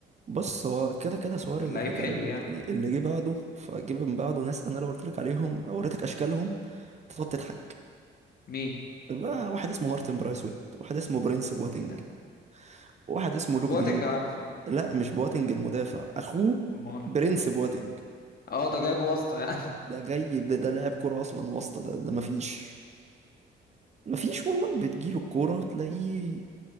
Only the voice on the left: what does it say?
كان
كان لعيب
حلو يعني
مين
ايه ده
بواتنج
عارفه اه
امال
اه ده جايب واسطة يعني